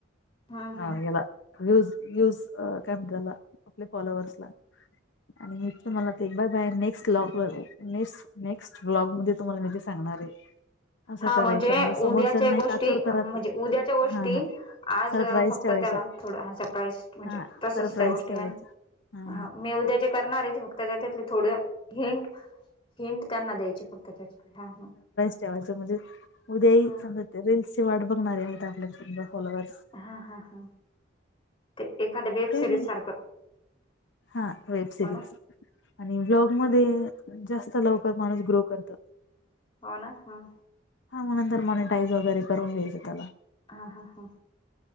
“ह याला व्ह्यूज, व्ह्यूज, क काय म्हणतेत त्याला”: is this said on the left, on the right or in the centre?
Left